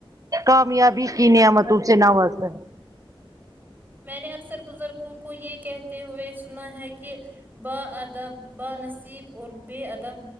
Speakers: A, on the right (about 40°); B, on the right (about 20°).
A: کامیابی کی نعمتوں سے نوازتا ہے
B: میں نے اکثر بزرگوں کو یہ کہتے ہوئے سنا ہے کہ با ادب با نصیب اور بے ادب